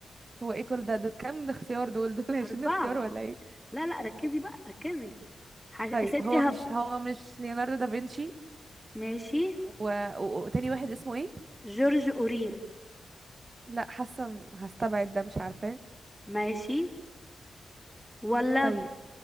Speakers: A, on the right; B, in the centre.
A: هو ايه كل ده دول كام اختيار دول دول 20
B: أربعة
A: اختيار ولا ايه
B: لا لا ركزي بقى ركزي ح- يا
A: طيب
B: ستي
A: هو
B: هب
A: مش هو مش ليوناردو دافنشي
B: ماشي
A: و... و... وتاني واحد اسمه ايه
B: جورج أوريل
A: لا حاسه م- هستبعد ده مش عارفاه
B: ماشي ولا
A: طيب